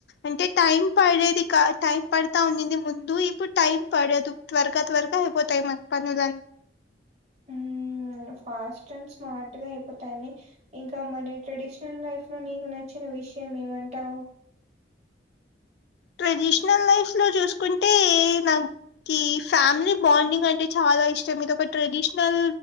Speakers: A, on the left; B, on the right.
A: అంటే టైం పడేది టైం పడతా ఉందింది ముందు ఇప్పుడు టైం పడదు త్వరగా త్వరగా అయిపోతాయి మన పనులు
B: ఉమ్ ఫాస్ట్ అండ్ స్మార్ట్ గా అయిపోతాని ఇంకా మరి ట్రెడిషనల్ లైఫ్ లో నీకు నచ్చిన విషయం ఏమంటావు
A: ట్రెడిషనల్ లైఫ్ లో చూసుకుంటే నాకి ఫ్యామిలీ బాండింగ్ అంటే చాలా చాలా ఇష్టం ఇది ఒక ట్రెడిషనల్